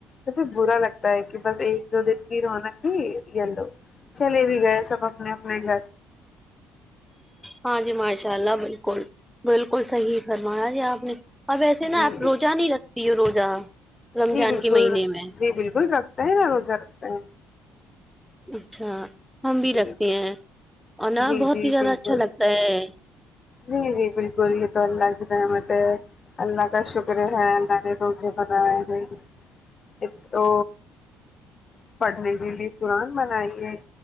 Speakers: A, on the left; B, in the centre.
A: مجھے برا لگتا ہے کہ بس ایک دو دن کی رونق تھی یلو چلے بھی گئے سب اپنے اپنے گھر
B: ہاں جی ماشاء اللہ بالکل بالکل صحیح فرمایا جی آپ نے اب ویسے نا
A: جی
B: آپ روزہ نہیں رکھتی ہے روزہ رمضان
A: جی بالکل
B: کے مہینے میں
A: جی بالکل رکھتے ہے نہ روزہ رکھتے ہے
B: اچھا ہم بھی
A: جی
B: رکھتے ہیں اور نہ
A: جی
B: بہت
A: جی
B: ہی زیادہ
A: بالکل
B: اچھا لگتا ہے
A: جی جی بالکل یہ تو اللہ کی رحمت ہے اللہ کا شکر ہے اللہ نے روزے بنائے ہیں ایک تو پڑھنے کے لیے قرآن بنائی ہے